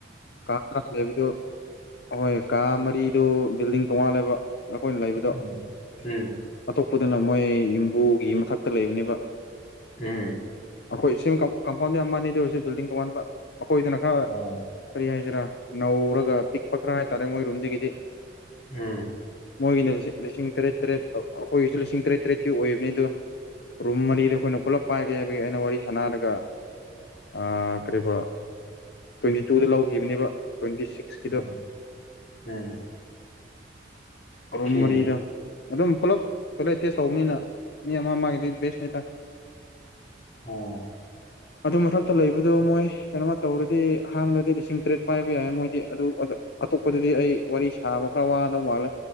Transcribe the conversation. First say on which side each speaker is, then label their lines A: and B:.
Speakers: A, on the left; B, on the left.
A: ꯀꯥ ꯇꯔꯥ ꯂꯩꯕꯗꯨ ꯑꯍꯣꯏ ꯀꯥ ꯃꯔꯤꯗꯨ ꯕꯤꯜꯗꯤꯡ ꯇꯣꯉꯥꯜꯂꯦꯕ ꯑꯈꯣꯏꯅ ꯂꯩꯕꯗꯣ
B: ꯎꯝ ꯎꯝ
A: ꯑꯇꯣꯞꯄ ꯑꯗꯨꯅ ꯃꯣꯏ ꯌꯨꯝꯕꯨꯒꯤ ꯃꯊꯛꯇ ꯂꯩꯕꯅꯦꯕ
B: ꯎꯝ
A: ꯑꯈꯣꯏ ꯏꯁꯤꯡ ꯀꯝ ꯀꯝꯄꯥꯎꯟꯗ ꯌꯥꯝ ꯃꯥꯟꯅꯦ ꯑꯗꯨ ꯑꯣꯏꯔꯁꯨ ꯕꯤꯜꯗꯤꯡ ꯇꯧꯉꯥꯟꯕ ꯑꯈꯣꯏꯗꯅ ꯈꯔ
B: ꯑꯣ
A: ꯀꯔꯤ ꯍꯥꯏꯁꯤꯔꯥ ꯅꯧꯔꯒ ꯄꯤꯛꯄ ꯈꯔ ꯍꯥꯏꯇꯥꯔꯦ ꯃꯣꯏꯔꯨꯝꯗꯒꯤꯗꯤ
B: ꯎꯝ
A: ꯑꯩꯈꯣꯏꯒꯤꯅ ꯍꯧꯖꯤꯛ ꯂꯤꯁꯤꯡ ꯇꯔꯦꯠ ꯇꯔꯦꯠ ꯐꯥꯎ ꯑꯩꯈꯣꯏꯒꯤꯁꯨ ꯂꯤꯁꯤꯡ ꯇꯔꯦꯠ ꯇꯔꯦꯠꯇꯤ ꯑꯣꯏꯕꯅꯤ ꯑꯗꯨ ꯔꯨꯝ ꯃꯔꯤꯗ ꯑꯩꯈꯣꯏꯅ ꯄꯨꯂꯞ ꯄꯥꯏꯒꯦ ꯍꯥꯏꯕꯒꯤ ꯑꯩꯅ ꯋꯥꯔꯤ ꯁꯥꯟꯅꯔꯒ ꯑꯥ ꯀꯔꯤꯕꯣ ꯇ꯭ꯋꯦꯟꯇꯤ ꯇꯨꯗ ꯂꯧꯈꯤꯕꯅꯦꯕ ꯇ꯭ꯋꯦꯟꯇꯤ ꯁꯤꯛꯁꯀꯤꯗꯣ
B: ꯎꯝ ꯎꯝ ꯑꯣꯀꯦ
A: ꯔꯨꯝ ꯃꯔꯤꯗ ꯑꯗꯨꯝ ꯄꯨꯂꯞ ꯇꯣꯏꯂꯦꯠ ꯇꯦꯁ ꯇꯧꯕꯅꯤꯅ ꯃꯤ ꯑꯃ ꯑꯃ ꯒꯤꯗꯤ ꯕꯦꯁꯅꯦꯇꯥ
B: ꯑꯣ
A: ꯑꯗꯨ ꯃꯊꯛꯇ ꯂꯩꯕꯗꯨ ꯃꯣꯏ ꯀꯩꯅꯣꯃ ꯇꯧꯔꯗꯤ ꯍꯥꯡꯂꯗꯤ ꯂꯤꯁꯤꯡ ꯇꯔꯦꯠ ꯄꯥꯏꯕ ꯌꯥꯏ ꯃꯣꯏꯗꯤ ꯑꯗꯨ ꯗꯨ ꯑꯇꯣꯞꯄꯗꯗꯤ ꯑꯩ ꯋꯥꯔꯤ ꯁꯥꯕ ꯈꯔ ꯋꯥꯗꯧ ꯃꯥꯜꯂꯦ